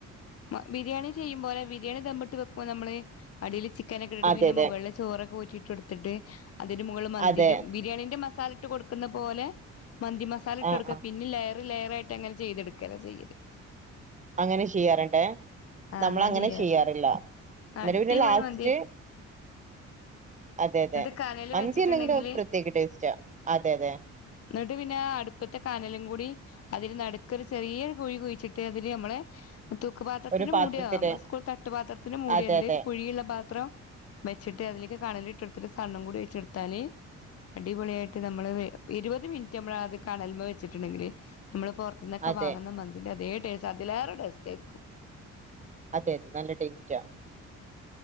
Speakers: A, on the left (about 50°); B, on the right (about 25°).
A: മ ബിരേണി ചെയ്യുമ്പോലെ ബിരേണി ദമ്മിട്ട് വെക്ക്പോ നമ്മള് അടിയില് ചിക്കനൊക്കെ ഇട്ടിട്ട്
B: അതെ
A: പിന്നെ
B: അതെ
A: മുകളില് ചോറൊക്കെ ഊറ്റിട്ട്ടുത്തിട്ട് അതിന് മുകളില് മന്തിന്റെ
B: അതെ
A: ബിരേണിന്റെ മസാല ട്ട് കൊടുക്കുന്ന പോലെ മന്തി മസാലട്ട്
B: ആ
A: കൊടുക്ക,
B: ആ
A: പിന്നെ ലെയർ ലെയറായിട്ടങ്ങനെ ചെയ്തെടുക്കലാ ചെയ്യല്
B: അങ്ങനെ ചെയ്യാറ്ണ്ട്‌
A: ആ
B: നമ്മള് അങ്ങനെ
A: ചെയ്യാറ്
B: ചെയ്യാറില്ല ന്ന്ട്ട്
A: അടിപൊളി
B: പിന്നെ ലാസ്റ്റ്.
A: മന്തി
B: അതെ അതെ
A: എന്നിട്ട് കനല്
B: മന്തി
A: വെച്ചിട്ടുണ്ടെങ്കില്
B: അല്ലെങ്കിലും പ്രത്യേക ടെസ്റ്റാ അതെ അതെ.
A: ഇന്നട്ട് പിന്നെ അടുപ്പത്തെ കാനലും കൂടി അതിന് നടുക്കൊരു ചെറിയൊരു കുഴി കുഴിച്ചിട്ട് അതില് നമ്മളെ തൂക്ക്‌പാത്രത്തിന്
B: ഒരു പാത്രത്തില്
A: മൂടിയോ ന്നമ്മളെ ഉസ്കൂൾ തട്ട്പാത്രത്തിന് മൂടിയോ
B: അതെ
A: എന്തെലും
B: അതെ
A: കുഴിയ്ള്ള പാത്രം. വെച്ചിട്ട് അതിലേക്ക് കടലയിട്ട് കൊടുത്തിട്ട് സണ്ണും കൂടി ഒഴിച്ചൊടുത്താല് അടിപൊളിയായിട്ട് ഞമ്മള് ഇരുവെത് മിനിറ്റ് ഞമ്മള് അത് കണല്മേ വെച്ചിട്ടുണ്ടെങ്കില് ഞമ്മള് പൊറ അന്നൊക്കെ
B: അതെ
A: വാങ്ങ്ന്ന മന്തിന്റെ അതേ ടേസ്റ്റ് അതിലേറെ ടേസ്റ്റ് ആയിരിക്കും.
B: അതെ അതെ നല്ല ടേസ്റ്റാ